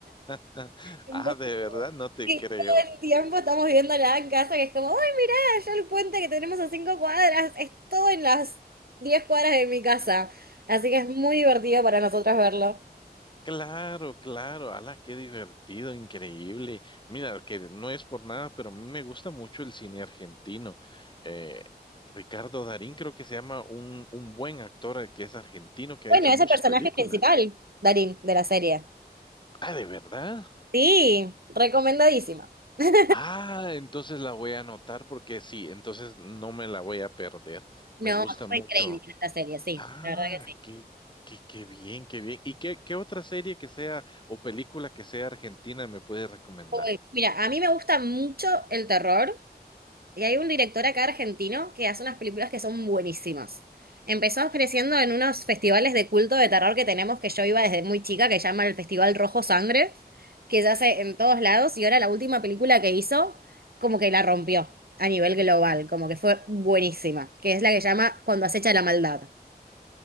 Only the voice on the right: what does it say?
Entonces,
sí,
todo el tiempo estamos viéndola en casa, que es como, ¡ay, mirá! Allá el puente que tenemos a cinco cuadras, es todo en las diez cuadras de mi casa. Así que es muy divertido para nosotras verlo.
Bueno,
es el personaje
principal, Darín, de la serie.
Sí, recomendadísima. <laughs>
No,
fue increíble esta serie, sí,
la verdad que sí.
Uy, mira, a mí me gusta mucho el terror. Y hay un director acá argentino que hace unas películas que son buenísimas. Empezó ofreciendo en unos festivales de culto de terror que tenemos, que yo iba desde muy chica, que se llama el Festival Rojo Sangre, que se hace en todos lados, y ahora la última película que hizo, como que la rompió a nivel global, como que fue buenísima, que es la que se llama Cuando acecha la maldad.